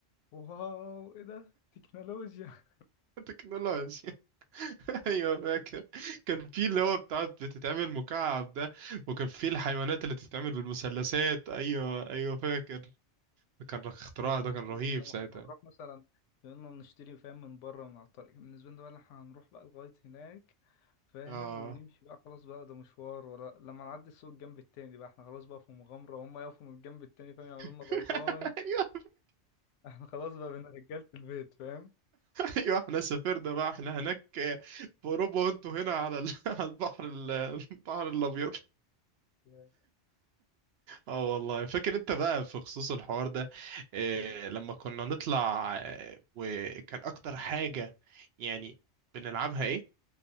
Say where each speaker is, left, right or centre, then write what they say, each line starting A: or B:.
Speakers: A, on the left (about 85°); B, on the right (about 65°).
A: واو إيه ده تكنولوجيا
B: تكنولوجيا <laughs> ايوه فاكر كان في اللي هو بتاعت بتتعمل مكعب ده وكان في الحيوانات اللي بتتعمل بالمثلثات ايوه ايوه فاكر كان اختراع
A: ل-
B: ده كان رهيب
A: لما
B: ساعتها
A: كنا نروح مثلا كنا نشتري فاهم من بره من على الطريق كان بالنسبة لنا بقى إن احنا هنروح بقى لغاية هناك فاهم
B: اه
A: ونمشي بقى خلاص بقى ده مشوار ورا لما نعدي السوق الجنب التاني بقى احنا خلاص بقى في مغامرة وهم يقفوا من الجنب التاني فاهم يعملوا لنا
B: <laughs>
A: باي باي
B: ايوه
A: احنا خلاص بقى بين رجالة البيت فاهم
B: ايوه احنا سافرنا بقى احنا هناك في اوروبا وانتوا هنا على ال- <laughs> على البحر ال- <laughs> البحر الابيض
A: Yeah.
B: اه والله فاكر انت بقى في خصوص الحوار ده إيه
A: مم.
B: لما كنا نطلع آه، وكان اكتر حاجة يعني بنلعبها إيه؟